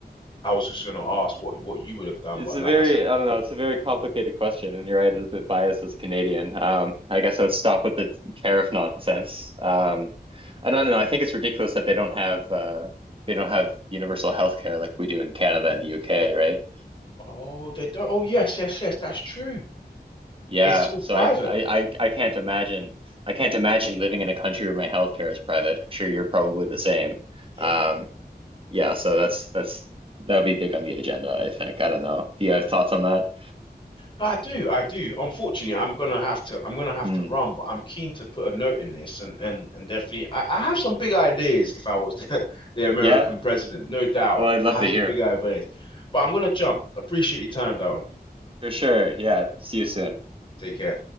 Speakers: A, on the left; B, on the right.
A: I was just going to ask what what you would have done,
B: It's
A: but
B: a
A: like
B: very,
A: I said,
B: I don't know, it's a very complicated question, and you're right, it's a bit biased as a Canadian. Um, I guess I would stop with the tariff nonsense. Um, and I don't know, I think it's ridiculous that they don't have uh, they don't have universal health care like we do in Canada and the UK, right?
A: oh, they don't. Oh, yes, yes, yes, that's true.
B: Yeah,
A: It's all
B: so
A: private.
B: I, I, I, I can't imagine I can't imagine living in a country where my healthcare is private. I'm sure you're probably the same.
A: Yeah,
B: Um, yeah, so that's that's that would be big on the agenda, I think. I don't know. Do you have thoughts on that?
A: I do, I do. Unfortunately, I'm gonna have to, I'm gonna have
B: Mm.
A: to run, but I'm keen to put a note in this, and and and definitely, I, I have some big ideas. If I was <laughs> the, the American
B: Yeah.
A: president, no doubt,
B: Oh, I'd love
A: I have
B: to
A: some
B: hear.
A: big ideas. But I'm gonna jump. Appreciate your time, Darren.
B: For sure. Yeah. See you soon.
A: Take care.